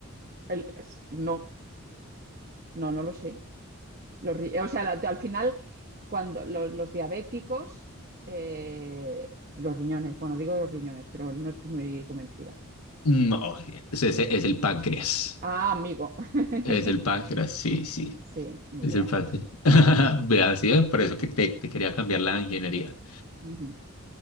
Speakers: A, on the right; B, on the left.
A: El- es- no, no, no lo sé. Los ri- o sea, la- al final, cuando los, los diabéticos, eh, los riñones, bueno, digo los riñones, pero no estoy muy convencida.
B: Mm, No, es, es, es el páncreas.
A: Ah, amigo. <laughs>
B: Es el páncreas, sí, sí.
A: Sí, ni
B: Es
A: idea.
B: el páncreas. <laughs> Vea, sí, eh, por eso que te, te quería cambiar la ingeniería.
A: Ujú.